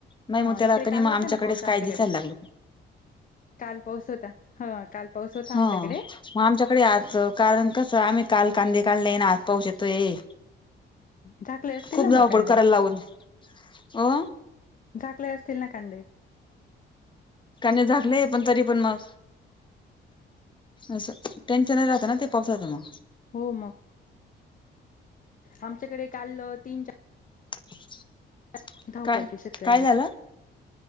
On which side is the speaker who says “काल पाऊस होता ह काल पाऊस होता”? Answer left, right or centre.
Left